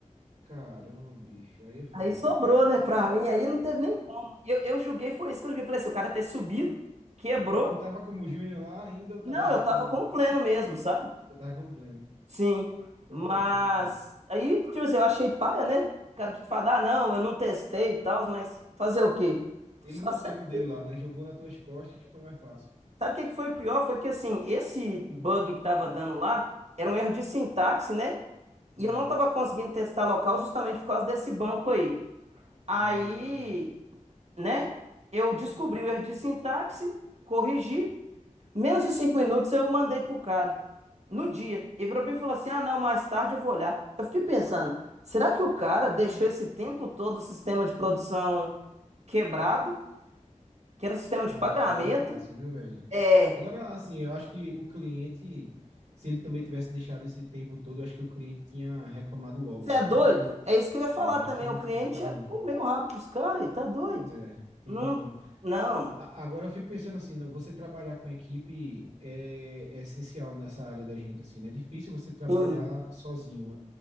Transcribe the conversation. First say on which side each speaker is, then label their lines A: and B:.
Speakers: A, on the right (about 85°); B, on the right (about 60°).
A: Caramba, bicho, aí é fogo,
B: Aí sobrou,
A: velho.
B: né, pra mim, aí não teve nem como. Eu, eu julguei, foi isso que eu julguei. Falei assim, o cara ter subido, quebrou.
A: Tu tava como Júnior lá ainda ou tava
B: Não,
A: já
B: eu
A: como.
B: tava com o pleno mesmo, sabe?
A: Eu tava como pleno.
B: Sim,
A: Caramba,
B: mas
A: bicho.
B: aí, tipo assim, eu achei paia, né? O cara tudo fala, ah, não, eu não testei e tal, mas fazer o quê?
A: ele
B: Só
A: manteve
B: aceitei.
A: o dele lá, né? Jogou nas tuas costas que foi mais fácil.
B: Sabe o que que foi pior? Foi que assim, esse bug que tava dando lá era um erro de sintaxe, né?
A: Hum.
B: E eu não tava conseguindo testar local justamente por causa desse banco aí. Aí,
A: Ah, entendi.
B: né? Eu descobri o erro de sintaxe, corrigi. Menos de cinco minutos eu mandei pro cara. No dia. Ele virou pra mim e falou assim: Ah, não, mais tarde eu vou olhar. Eu fiquei pensando, será que o cara deixou esse tempo todo o sistema de produção quebrado? Que era um sistema de
A: Cara,
B: pagamento?
A: é bem fácil, viu, velho?
B: é
A: Agora, assim, eu acho que o cliente, se ele também tivesse deixado esse tempo todo, eu acho que o cliente tinha reclamado logo,
B: Você
A: sabe?
B: é doido? É isso que eu ia falar
A: É, eu acho
B: também.
A: que não,
B: O cliente
A: não ficava,
B: ia
A: não.
B: comer o rabo dos caras, ele tá doido?
A: É, tem
B: Não,
A: como não.
B: não,
A: A- Agora eu fico pensando assim, não, você trabalhar com equipe é, é essencial nessa área da gente, assim, né? É difícil você trabalhar
B: sim,
A: sozinho.